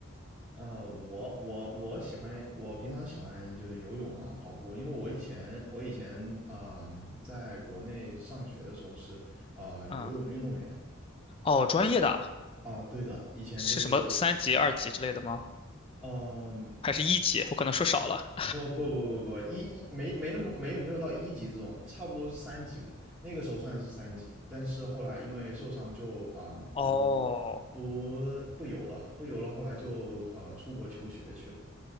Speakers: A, in the centre; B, on the left (about 25°).
A: 呃，我我我喜欢，我平常喜欢就是游泳啊、跑步，因为我以前我以前啊、呃在国内上学的时候是啊、呃游泳运动员
B: 嗯，哦，专业的啊
A: 啊、对的，以前就是
B: 是什么三级、二级之类的吗？
A: 嗯、
B: 还是一级？我可能说少了。
A: 不不不不不一一没没那么没有没有到一级这种，差不多是三级吧，那个时候算是三级，但是后来因为受伤就啊、
B: 哦，
A: 不不不游了，不游了，后来就呃出国求学去了。